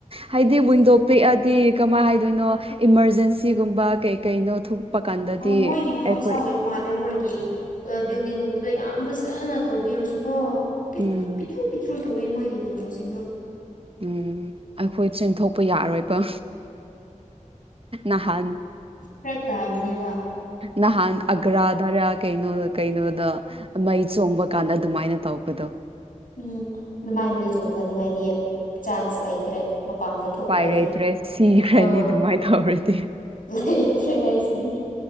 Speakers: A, on the right; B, on the left.
A: ꯍꯥꯏꯗꯤ ꯋꯤꯟꯗꯣ
B: ꯎꯝ
A: ꯄꯤꯛꯑ ꯇꯤ ꯀꯃꯥꯏ ꯍꯥꯏꯗꯣꯏꯅꯣ ꯏꯃꯥꯔꯖꯦꯟꯁꯤꯒꯨꯝꯕ ꯀꯩ ꯀꯩꯅꯣ ꯄ ꯀꯥꯟꯗꯗꯤ
B: ꯑꯣ ꯃꯣꯏꯒꯤ ꯃꯍꯧꯁꯥ
A: ꯑꯩꯈꯣꯏ
B: ꯑꯣꯏ ꯃꯥꯜꯂꯦ ꯃꯣꯏꯒꯤ ꯕꯤꯜꯗꯤꯡꯒꯨꯝꯕꯗꯣ ꯌꯥꯝ ꯐꯖꯅ ꯇꯧꯕꯤꯔꯁꯨ ꯀꯣ
A: ꯎꯝ
B: ꯄꯤꯠꯇ꯭ꯔꯨ ꯄꯤꯠꯇ꯭ꯔꯨ ꯇꯧꯋꯦ ꯃꯣꯏꯒꯤ ꯋꯤꯟꯗꯣꯁꯤꯡꯗꯣ
A: ꯎꯝ ꯑꯩꯈꯣꯏ ꯆꯦꯟꯊꯣꯛꯄ ꯌꯥꯔꯣꯏꯕ ꯅꯍꯥꯟ
B: ꯐꯔꯠ꯭ ꯇꯥꯕꯥ ꯅꯦꯟ
A: ꯅꯍꯥꯟ ꯑꯒ꯭ꯔꯥ ꯗꯔꯥ ꯀꯩꯅꯣ ꯀꯩꯅꯣꯗ ꯃꯩ ꯆꯣꯡꯕ ꯀꯥꯟꯗ ꯗꯨꯃꯥꯏꯅ ꯇꯧꯄꯗꯣ
B: ꯎꯝ ꯑꯗꯨꯃꯥꯏꯅꯗꯤ ꯆꯣꯡꯊꯅꯤꯡꯉꯥꯏꯗꯤ ꯆꯥꯟꯁ ꯂꯩꯇ꯭ꯔꯦ ꯃꯄꯥꯟꯗ ꯊꯣꯛꯇ꯭ꯔꯗꯤ
A: ꯎꯄꯥꯏ ꯂꯩꯇ꯭ꯔꯦ ꯁꯤꯈ꯭ꯔꯅꯤ
B: ꯑꯥ
A: ꯗꯨꯃꯥꯏ ꯇꯧꯔꯗꯤ
B: ꯂꯩꯇ꯭ꯔꯦ ꯍꯥꯏꯁꯤꯅꯤ